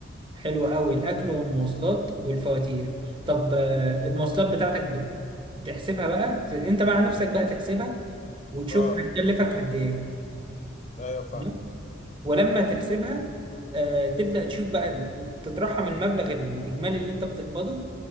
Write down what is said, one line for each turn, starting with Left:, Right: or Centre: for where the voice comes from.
Right: حلو قوي الاكل والمواصلات والفواتير طب آه، المواصلات بتاعتك بت- بتحسبها بقى في... انت بقى على نفسك بقى تحسبها وتشوف
Left: اه
Right: هتكلفك قد ايه
Left: ايوه فاهم
Right: تمام؟ ولما تحسبها آه، تبدا تشوف بقى ال- تترحم المبلغ الاجمالي اللي انت بتقبضه